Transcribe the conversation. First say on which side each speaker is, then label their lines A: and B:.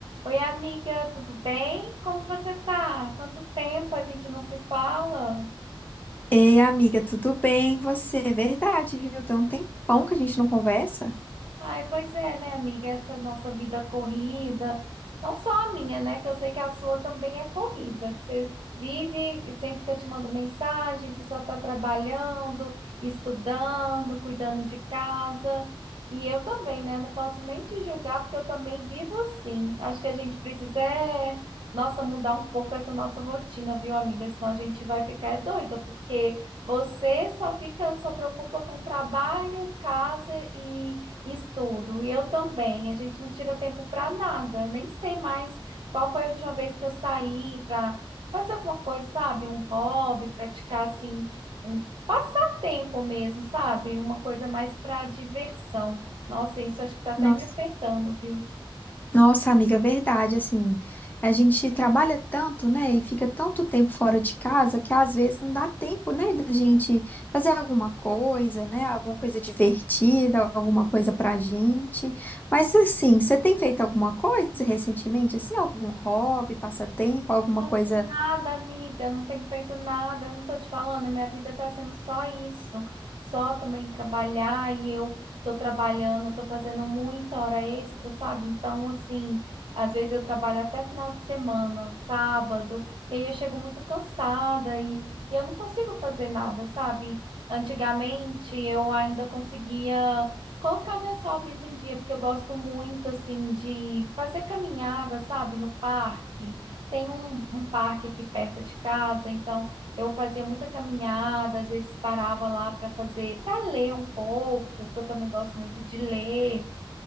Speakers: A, on the right; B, on the left.
A: Oi, amiga, tudo bem? Como você tá? Quanto tempo a gente não se fala?
B: Ei, amiga, tudo bem? E Você? Verdade, viu? Tem um tempão que a gente não conversa.
A: Ai, pois é, né, amiga? Essa nossa vida corrida, não só a minha, né? Que eu sei que a sua também é corrida, que você vive, sempre que eu te mando mensagem, você só tá trabalhando, estudando, cuidando de casa. E eu também, né? Não posso nem te julgar, porque eu também vivo assim. Acho que a gente precisa, é, nossa, mudar um pouco essa nossa rotina, viu, amiga? Senão a gente vai ficar é doida, porque você só fica, só preocupa com trabalho, casa e Estudo, e eu também. A gente não tira tempo para nada. Nem sei mais qual foi a última vez que eu saí para fazer alguma coisa, sabe? Um hobby, praticar assim, um passatempo mesmo, sabe? Uma coisa mais para diversão. Nossa, isso acho que tá até
B: Nossa,
A: me afetando, viu?
B: Nossa, amiga, verdade. Assim, a gente trabalha tanto, né? E fica tanto tempo fora de casa que às vezes não dá tempo, né? Da gente fazer alguma coisa, né? Alguma coisa divertida, alguma coisa pra gente. Mas assim, você tem feito alguma coisa recentemente? Assim, algum hobby, passatempo, alguma
A: Nossa,
B: coisa?
A: nada, amiga, não tenho feito nada, eu não tô te falando, a minha vida tá sendo só isso, só também trabalhar e eu tô trabalhando, tô fazendo muita hora extra, sabe? Então, assim, às vezes eu trabalho até final de semana, sábado, e aí eu chego muito cansada e, e eu não consigo fazer nada, sabe? Antigamente eu ainda conseguia colocar meus hobbies em dia, porque eu gosto muito, assim, de fazer caminhada, sabe, no parque. Tem um, um parque aqui perto de casa, então eu fazia muita caminhada, às vezes parava lá para fazer, para ler um pouco, que eu também gosto muito de ler